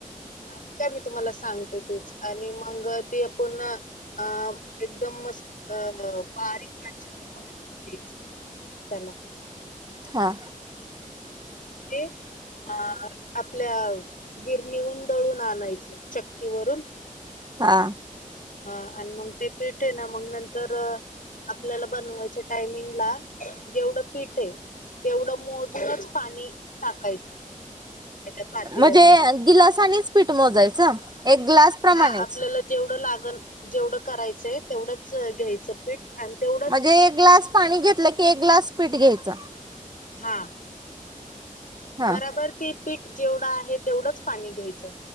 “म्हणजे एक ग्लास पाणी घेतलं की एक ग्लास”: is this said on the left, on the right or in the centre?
Right